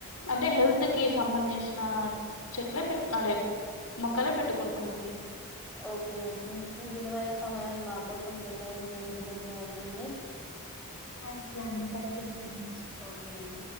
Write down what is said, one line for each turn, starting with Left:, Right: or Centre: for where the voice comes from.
Left: అంటే హెల్త్ కి సంబంధించిన చెట్లే పెట్టు అంటే మొక్కలే పెట్టుకుంటామండి
Centre: ఓకే అండి మీ విలువైన సమయాన్ని మా కోసం కేటాయించినందుకు ధన్యవాదాలండి
Left: థ్యాక్ యూ అండి thank you so much
Centre: okay అండి